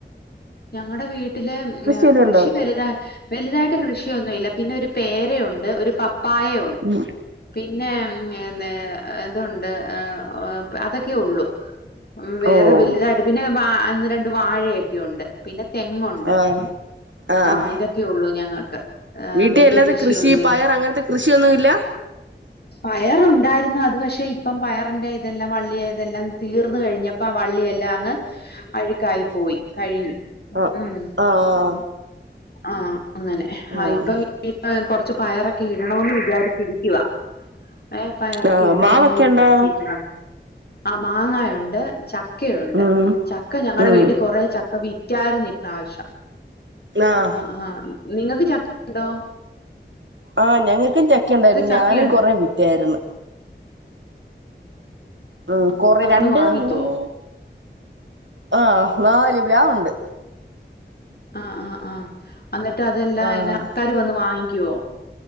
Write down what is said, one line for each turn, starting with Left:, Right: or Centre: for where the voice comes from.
Left: ഞങ്ങടെ വീട്ടില്
Right: വല്ലോം
Left: കൃഷി
Right: ഉണ്ടോ
Left: വലുത വലുതായിട്ട് കൃഷിയൊന്നൂല്ല പിന്നെ ഒരു പേരയൊണ്ട്, ഒരു പപ്പായയൊ
Right: ഉം
Left: പിന്നെ ഞ് ഞ് ഇതുണ്ട് എ ഓ അതൊക്കെ ഒള്ളൂ. വേറെ
Right: ഓഹ്
Left: വലുതായിട്ട് പിന്നെ വാ ന്ന് രണ്ട് വാഴയൊക്കെ ഉണ്ട്. പിന്നെ തെങ്ങുണ്ട്
Right: ആഹ് ആഹ്
Left: ആഹ ഇതൊക്കെ ഒ ള്ളൂ ഞങ്ങൾക്ക്.
Right: വീട്ടിൽ
Left: വലിയ
Right: അല്ലാതെ
Left: കൃഷി ഒന്നും
Right: പയർ അങ്ങനത്തെ കൃഷിയൊന്നുമില്ല
Left: പയറുണ്ട് ണ്ടായിരുന്നു അത് പക്ഷെ ഇപ്പം പയറിന്റെ ഇതെല്ലാം വള്ളിയതെല്ലാം തീർന്ന് കഴിഞ്ഞപ്പം ആ വള്ളിയെല്ലാം അങ്ങ് അഴ്ക്കായി പോയി കഴിഞ്ഞു.
Right: ആഹ്
Left: ഉം
Right: ആഹ
Left: ആഹ് അങ്ങനെ ആ
Right: ആഹ്
Left: ഇപ്പൊ കൊറച്ച് പയറൊക്കെ ഇടണന്ന് വിചാരിച്ചിരിക്കുവ ഏഹ് പായറൊക്കെ
Right: ആഹ്
Left: ഇടണോന്നച്ച്
Right: മാവൊക്കെ ഉണ്ടോ
Left: ഇരിക്കുവാ. ആ മാങ്ങായുണ്ട്, ചക്കയുണ്ട്
Right: ഉം
Left: ചക്ക ഞങ്ങളടെ
Right: ഉം
Left: വീട്ടി കൊറെ ചക്ക വീ റ്റായിരുന്നു ഇ പ്രാവശ്യംആ
Right: ആഹ്
Left: ആഹ നിങ്ങക്ക് ചക്കയുണ്ടോ?
Right: ആഹ ഞങ്ങൾക്കും ചക്കണ്ടായിരുന്നു
Left: ചക്കയുണ്ടോ
Right: ഞാനും കുറേ വിറ്റായിരുന്ന. ഉം കൊറെ രണ്ട്,
Left: അന്ന് വാങ്ങിക്കോ
Right: മൂന്ന് ആഹ നാല് പ്ലാവ് ഉണ്ട്.
Left: ആഹ് ആഹ് ആഹ് അന്നട്ട് അതെല്ലാം
Right: ആഹ്
Left: ങ്ങനെ ആക്കാര് വന്ന് വാങ്ങിക്കുവോ?